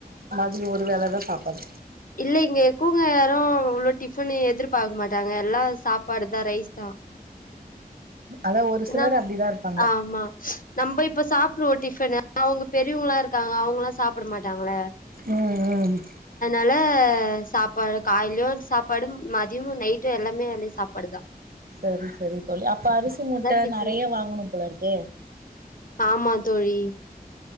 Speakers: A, on the right; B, on the left.
A: <unintelligible> ஒரு வேல தா சாப்பாடு
B: இல்ல இங்க இருக்கவ்ங்க யாரு இவ்ளோ டிஃபனு எதிர்பாக்க மாட்டாங்க எல்லா சாப்பாடு தா ரைஸ் தா
A: அதா ஒரு
B: ஏனா
A: சிலர் அப்டிதா இருப்பாங்க
B: ஆமா நம்ம இப்ப சாப்டுவோ டிஃபனு அவங்க பெரியவங்களா இருக்காங்க அவங்களா சாப்பிட மாட்டாங்கள
A: உ உ
B: ல்லா சாப்பாடு காலேலயு சாப்பாடு மதியமு நைட்டு எல்லாமே வேலயு சாப்பாடுதா
A: சரி சரி தோழி அப்ப அரிசி மூட்ட ப்ப
B: டிஃபனு
A: நறையா வாங்கணுப்போலருக்கே
B: ஆமா தோழி